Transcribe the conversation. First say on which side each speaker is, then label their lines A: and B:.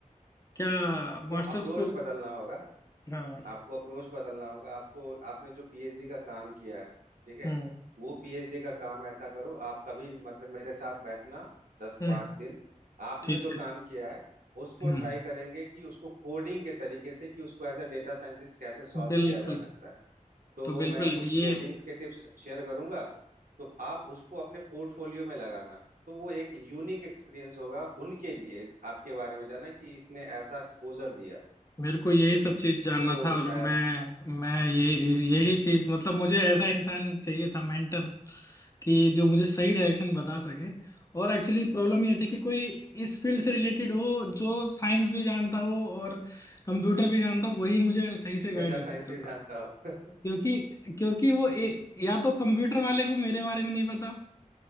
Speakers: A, on the left; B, on the right.
A: क्या मास्टर्स
B: वो अप्रोच
A: को
B: बदलना होगा
A: हाँ
B: आपको अप्रोच बदलना होगा आपको आपने जो पीएचडी का काम किया है ठीक है
A: हम्म,
B: वो पीएचडी का काम ऐसा करो आप कभी मतलब मेरे साथ बैठना दस
A: हम्म
B: पांच दिन आपने
A: ठीक
B: जो
A: है
B: काम किया है उसको
A: हम्म
B: ट्राई करेंगे कि उसको कोडिंग के तरीके से कि उसको एज अ डेटा साइंटिस्ट कैसे सॉल्व
A: बिल्कुल
B: किया जा सकता है तो
A: तो बिल्कुल
B: मैं कुछ कोडिंग्स
A: ये
B: के टिप्स शेयर करूंगा तो आप उसको अपने पोर्टफोलियो में लगाना तो वो एक यूनिक एक्सपीरियंस होगा उनके लिए आपके बारे में जाना कि इसने ऐसा एक्सपोजर दिया
A: मेरे को यही
B: ठीक
A: सब
B: है
A: चीज जानना
B: तो
A: था और
B: शायद
A: मैं मैं ये यही चीज मतलब मुझे ऐसा इंसान चाहिए था मेंटर कि जो मुझे सही डायरेक्शन बता सके और एक्चुअली प्रॉब्लम ये थी कि कोई इस फील्ड से रिलेटेड हो जो साइंस भी जानता हो और कंप्यूटर भी जानता हो वही मुझे सही से गाइड
B: डेटा
A: कर
B: साइंस
A: सकता
B: भी
A: था
B: जानता हो
A: क्योंकि क्योंकि वो ए, या तो कंप्यूटर वाले को मेरे बारे में नहीं पता